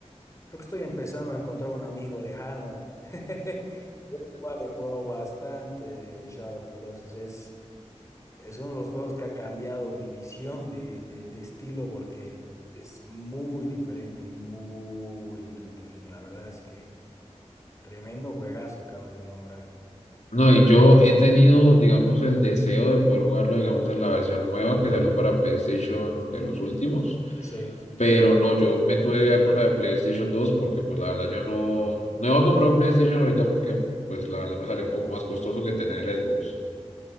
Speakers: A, on the left; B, on the left.
A: creo que estoy empezando a encontrar un amigo lejano. <laughs> Yo igual he jugado bastante Shadow of Colossus, es, es uno de los juegos que ha cambiado mi visión de, de de estilo porque es muy diferente y muy entretenido. La verdad es que tremendo juegazo acabas de nombrar.
B: No, y yo he tenido, digamos, el deseo de poder jugarlo, digamos, en la versión nueva que salió para PlayStation de los últimos.
A: Sí, sí, sí,
B: Pero
A: sí.
B: no, yo me tuve que quedar con la de PlayStation dos porque, pues, la verdad, yo no, no iba a comprar un PlayStation ahorita porque, pues, la verdad me salió un poco más costoso que tener el Xbox.